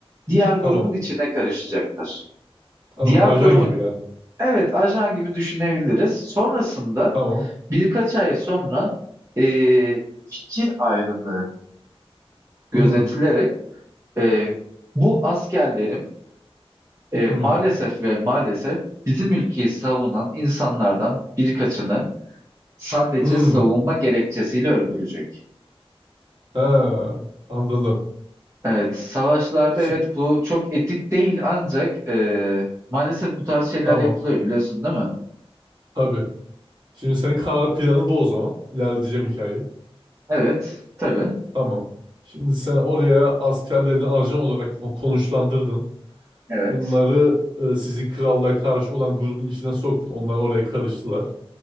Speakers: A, on the right (about 30°); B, on the right (about 50°).
A: diğer grubun
B: tamam.
A: içine karışacaklar.
B: Anladım.
A: Diğer
B: Ajan
A: grubun
B: gibi yani.
A: evet ajan gibi düşünebiliriz. Sonrasında
B: Tamam.
A: birkaç ay sonra e, fikir ayrılığı gözetilerek
B: Hmm.
A: e, bu askerlerim e,
B: Hmm.
A: maalesef ve maalesef bizim ülkeyi savunan insanlardan birkaçını sadece
B: Hmm.
A: savunma gerekçesiyle öldürecek.
B: Ha, anladım.
A: Evet, savaşlarda
B: Şimdi
A: evet bu çok etik değil ancak e, maalesef bu tarz şeyler
B: Tamam.
A: yapılıyor biliyorsun değil mi?
B: Tabii. Şimdi senin karar planın bu o zaman. İlerleteceğim hikayeyi.
A: Evet, tabii.
B: Tamam. Şimdi sen oraya askerlerini ajan olarak ko- konuşlandırdın.
A: Evet.
B: Bunları e, sizin krallığa karşı olan grubun içine soktun. Onlar oraya karıştılar.